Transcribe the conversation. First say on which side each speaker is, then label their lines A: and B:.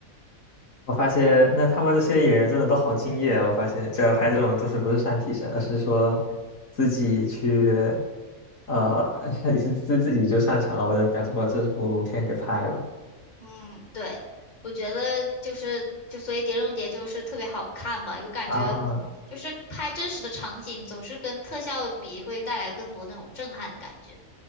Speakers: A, on the left; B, on the left.
A: 我发现那他们这些演员真的都好敬业啊！我发现这要拍这种就是不是上替身，而是说自己去，呃，<laughs> 自自己就上场了，把这把这部片给拍了
B: 嗯，对，我觉得就是就所以《碟中谍》就是特别好看吧，我感觉。
A: 啊。
B: 就是拍真实的场景，总是跟特效比，会带来更多那种震撼的感觉。